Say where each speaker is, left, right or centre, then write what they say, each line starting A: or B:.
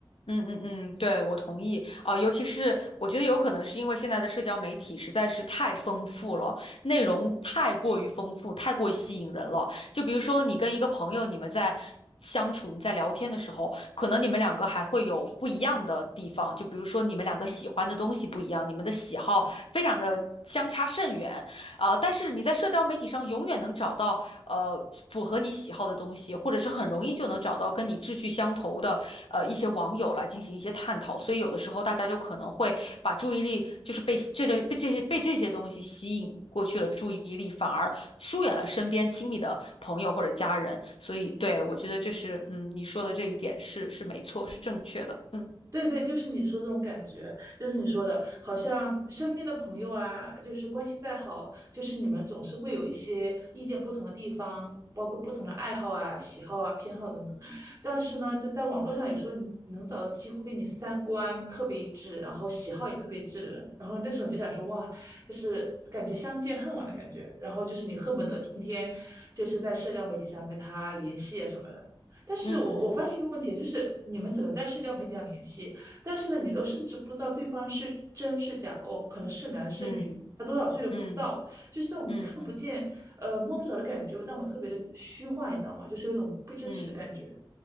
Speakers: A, on the left; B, on the right.
A: 嗯嗯嗯，对，我同意。啊、尤其是我觉得有可能是因为现在的社交媒体实在是太丰富了，内容太过于丰富，太过于吸引人了。就比如说你跟一个朋友，你们在相处，你在聊天的时候，可能你们两个还会有不一样的地方，就比如说你们两个喜欢的东西不一样，你们的喜好非常的相差甚远。啊、但是你在社交媒体上永远能找到。呃符合你喜好的东西，或者是很容易就能找到跟你志趣相投的呃一些网友来进行一些探讨，所以有的时候大家就可能会把注意力就是被这些被这些被这些东西吸引过去了注意力，反而疏远了身边亲密的朋友或者家人，所以对我觉得这是嗯你说的这一点是是没错，是正确的，嗯
B: 对对，就是你说这种感觉，就是你说的，好像身边的朋友啊，就是关系再好，就是你们总是会有一些意见不同的地方，包括不同的爱好啊、喜好啊、偏好等等。但是呢，这在网络上有时候你能找到几乎跟你三观特别一致，然后喜好也特别一致的人，然后那时候你就想说，哇，就是感觉相见恨晚的感觉，然后就是你恨不得天天就是在社交媒体上跟他联系啊什么的。
A: 嗯。
B: 但是我我发现一个问题，
A: 嗯嗯
B: 就是你们只能在社交媒体上联系，但是呢，你都甚至不知道对方是真是假哦，可能是男是女，
A: 嗯
B: 他多少岁都不知道，
A: 嗯
B: 就是这种看不见、
A: 嗯嗯
B: 呃摸不着的感觉，但我特别的虚幻，你知道吗？就是有种不真实的感觉。
A: 嗯。